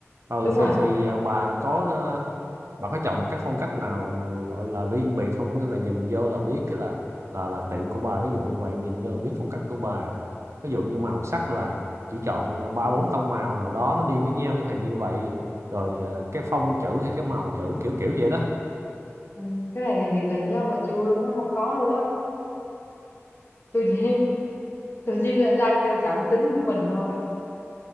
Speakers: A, on the right; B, on the left.
A: ừ
B: đúng rồi
A: thì thì à, bà có ờ, bà có chọn một cái phong cách nào gọi là riêng biệt không có nghĩa là nhìn vô là biết cái là là là tiệm của bà ví dụ như vậy nhìn vô là biết phong cách của bà ví dụ như màu sắc là chỉ chọn ờ, ba bốn tông màu nào đó nó đi với nhau chẳng hạn như vậy rồi ờ, cái phông chữ hay cái màu chữ kiểu kiểu vậy đó
B: ừ. cái này thì, thì gần với ông là chưa luôn á không có luôn á tôi chỉ tôi chỉ là đang theo cảm tính của mình thôi